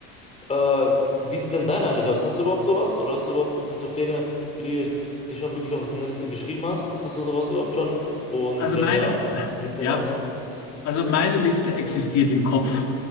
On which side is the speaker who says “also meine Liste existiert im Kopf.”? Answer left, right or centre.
Left